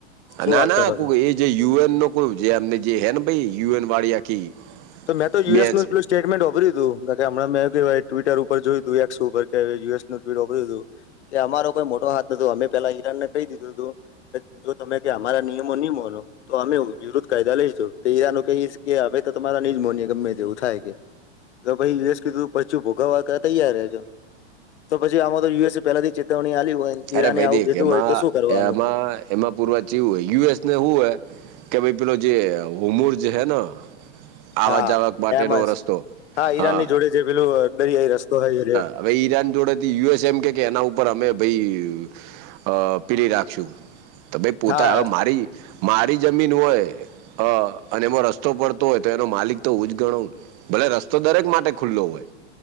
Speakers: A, on the left; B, on the right.
A: શું
B: ના
A: વાત
B: ના
A: કરો
B: કોક
A: છો
B: એ જે યુએન નો કો જેમને જે હે ને ભાઈ યુએન વાળી. આખી
A: તો મે તો
B: બેન્ચ
A: યુએસનુ એટલૂજ સ્ટેટમેન્ટ હ્મબ્યુ તું કે કે હમણા મે કેવાય ટ્વિટર ઉપ જોયું તું એક્સ ઉપર કે યુએસ નું <unintelligible> વાપર્યું તું કે અમારો કોઈ મોટો હાથ નોતો અમે પેલા ઈરાન ને કય દીધું હતું કે જો તમે કે અમારા નિયમો નિ મોનો તો અમે વિરુદ્ધ કાયદા લઈશું તે આ લોકો ઈજ કે અમે તો તમારા નીજ માન્યિએ ગમે તેવું થાય કે તો પછી યુએસ કીધું પછી ભોગાવા તૈયાર હ છો તો પછી આમતો યુસએ પેહલાથી ચેતવણી આલી હોય ઈરાને
B: અરે ભાઈ
A: આવું
B: દેક
A: કીધું
B: એમાં
A: હોય તો શું કરવાનું
B: એમાં એમાં પૂરવાચવું હોય યુ એસને હું હોય કે ભઈ પહેલો જે હુમર જે હૈ ન આવવાક
A: હા
B: જાવક માટેનો
A: એમ જ
B: રસ્તો
A: ઈરાનની
B: હા
A: જોડે પેલું દરિયાઈ રસ્તો થયો રહ્યો
B: હ ઈરાન જોડેથી યુએસ એમ કે કે એના ઉપર અમે ભાઈ અ પીડી રાખશુ તો ભાઈ પોતા
A: હા
B: હવે મારી મારી જમીન હોય હા અને એમાં રસ્તો પડતો હોય તો એનો માલિક તો હોું જ ગણાવુંને ભલે રસ્તો દરેક માટે ખુલ્લો હોય